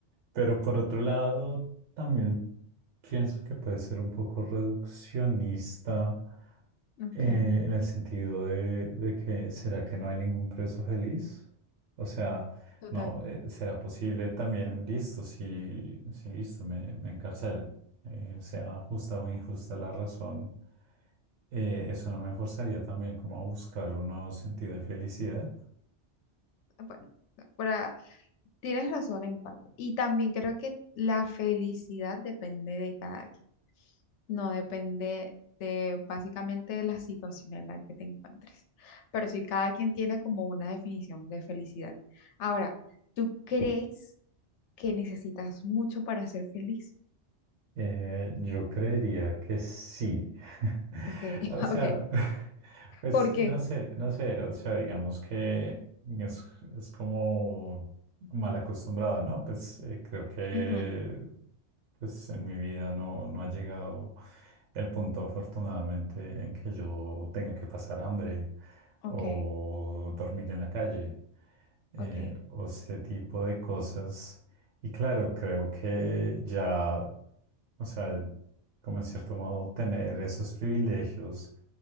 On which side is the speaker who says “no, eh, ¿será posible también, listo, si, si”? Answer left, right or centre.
Right